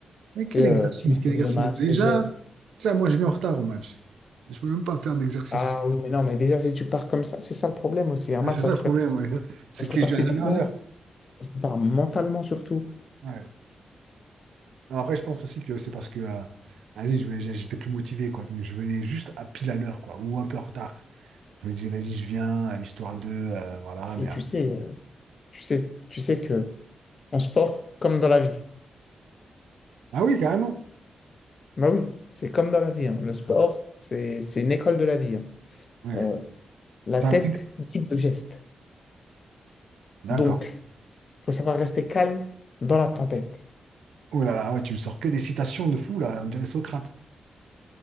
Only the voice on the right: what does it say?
Mais
quel
exercice,
quel exercice.
Déjà,
tu sais, moi je viens en retard au match. Je peux même pas faire d'exercice.
Ouais,
C'est
ça
le
problème, ouais. C'est
que je
viens jamais à l'heure.
Ouais. Alors Après, je pense aussi que c'est parce que euh, vas-y, je voulais- j'étais plus motivé, quoi. Donc je venais juste à pile à l'heure, quoi, ou un peu en retard. Je me disais, vas-y, je viens, euh, histoire de, euh, voilà, mais
après.
Ah oui, carrément.
Ouais.
T'as
appris.
D'accord.
Oh là là, ouais, tu me sors que des citations de fou, là, on dirait Socrate.